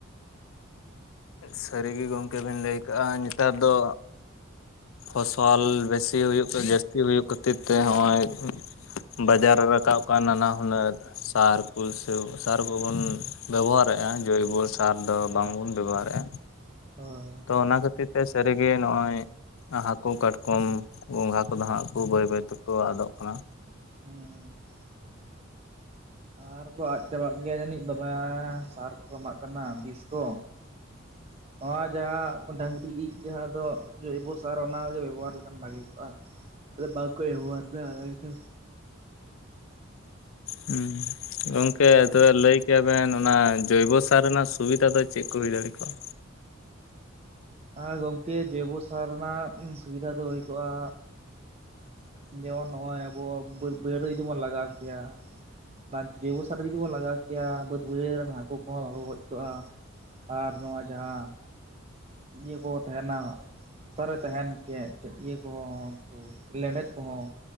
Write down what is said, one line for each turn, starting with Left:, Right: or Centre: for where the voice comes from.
Left: ᱥᱟᱹᱨᱤᱜᱮ ᱜᱚᱝᱠᱮ ᱵᱤᱱ ᱞᱟᱹᱭ ᱠᱟᱜᱼᱟ ᱱᱮᱛᱟᱨ ᱫᱚ ᱯᱷᱚᱥᱚᱞ ᱵᱮᱥᱤ ᱦᱩᱭᱩᱜ ᱡᱟᱹᱥᱛᱤ ᱦᱩᱭᱩᱜ ᱠᱷᱟᱹᱛᱤᱨ ᱛᱮ ᱱᱚᱜᱼᱚᱭ ᱵᱟᱡᱟᱨ ᱨᱮ ᱨᱟᱠᱟᱵ ᱠᱟᱱ ᱱᱟᱱᱟᱦᱩᱱᱟᱹᱨ ᱥᱟᱨ ᱠᱚ ᱥᱮ ᱥᱟᱨ ᱠᱚᱵᱚᱱ ᱵᱮᱵᱚᱦᱟᱨᱮᱫᱼᱟ ᱡᱳᱭᱵᱚ ᱥᱟᱨ ᱫᱚ ᱵᱟᱝᱵᱚᱱ ᱵᱮᱵᱚᱦᱟᱨᱮᱫᱼᱟ
Right: ᱦᱳᱭ
Left: ᱛᱚ ᱚᱱᱟ ᱠᱷᱟᱹᱛᱤᱨ ᱛᱮ ᱥᱟᱹᱨᱤᱜᱮ ᱱᱚᱜ-ᱚᱭ ᱦᱟᱹᱠᱩ ᱠᱟᱴᱠᱚᱢ ᱜᱚᱸᱜᱷᱟ ᱠᱚᱫᱚ ᱦᱟᱸᱜ ᱠᱚ ᱵᱟᱹᱭ ᱵᱟᱹᱭ ᱛᱮᱠᱚ ᱟᱫᱚᱜ ᱠᱟᱱᱟ
Right: ᱦᱩᱸᱻ ᱟᱨ ᱠᱚ ᱟᱫ ᱪᱟᱵᱟᱜ ᱜᱮ ᱡᱟᱹᱱᱤᱡ ᱵᱟᱵᱟ ᱥᱟᱨ ᱠᱚ ᱮᱢᱟᱜ ᱠᱟᱱᱟ ᱵᱤᱥ ᱠᱚ ᱱᱚᱣᱟ ᱡᱟᱦᱟᱸ ᱰᱟᱝᱨᱤ ᱤᱡ ᱡᱟᱦᱟᱸ ᱫᱚ ᱡᱚᱭᱵᱚ ᱥᱟᱨ ᱚᱱᱟᱜᱮ ᱵᱮᱵᱚᱦᱟᱨ ᱞᱮᱠᱷᱟᱱ ᱵᱷᱟᱜᱤ ᱠᱚᱜ-ᱟ ᱟᱫᱚ ᱵᱟᱠᱚ ᱵᱮᱵᱚᱦᱟᱨ ᱮᱫᱟ ᱚᱱᱟ ᱜᱮᱛᱚ
Left: ᱦᱩᱸ ᱜᱚᱝᱠᱮ
Right: ᱡᱟᱜ
Left: ᱛᱚᱵᱮ ᱞᱟᱹᱭ ᱠᱮᱭᱟᱵᱤᱱ ᱚᱱᱟ ᱡᱚᱭᱵᱚᱥᱟᱨ ᱨᱮᱱᱟᱜ ᱥᱩᱵᱤᱫᱟ ᱫᱚ ᱪᱮᱫ ᱠᱚ ᱦᱩᱭ ᱫᱟᱲᱮ ᱠᱚᱜ-ᱟ
Right: ᱟᱨ ᱜᱚᱝᱠᱮ ᱡᱚᱭᱵᱚ ᱥᱟᱨ ᱨᱮᱱᱟᱜ ᱥᱩᱵᱤᱫᱷᱟ ᱫᱚ ᱦᱩᱭ ᱠᱚᱜ-ᱟ ᱡᱮᱢᱚᱱ ᱱᱚᱜ ᱚᱭ ᱟᱵᱚ ᱵᱟᱹᱫᱽ ᱵᱟᱹᱭᱟᱦᱟᱹᱲ ᱡᱩᱫᱤᱵᱚᱱ ᱞᱟᱜᱟᱣ ᱠᱮᱭᱟ ᱵᱟ ᱡᱚᱭᱵᱚ ᱥᱟᱨ ᱡᱩᱫᱤ ᱵᱚᱱ ᱞᱟᱜᱟᱣ ᱠᱮᱭᱟ ᱵᱟᱹᱫᱽ ᱵᱟᱹᱭᱦᱟᱹᱲ ᱨᱤᱱ ᱦᱟᱹᱠᱩ ᱠᱚᱦᱚᱸ ᱵᱟᱠᱚ ᱜᱚᱡᱽ ᱠᱚᱜ-ᱟ ᱟᱨ ᱱᱚᱣᱟ ᱡᱟᱦᱟᱸ ᱤᱭᱟᱹ ᱠᱚ ᱛᱟᱦᱮᱱᱟ ᱦᱟᱛᱟᱨᱮ ᱛᱟᱦᱮᱱ ᱠᱮᱫ ᱤᱭᱟᱹ ᱠᱚᱦᱚᱸ ᱩᱱ ᱞᱮᱸᱰᱮᱫ ᱠᱚᱦᱚᱸ